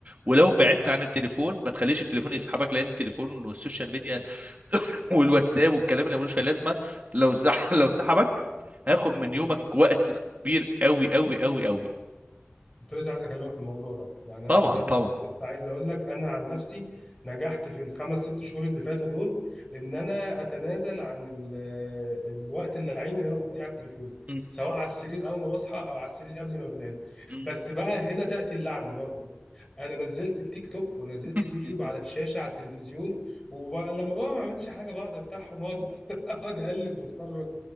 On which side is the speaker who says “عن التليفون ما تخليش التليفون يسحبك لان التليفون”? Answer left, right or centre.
Right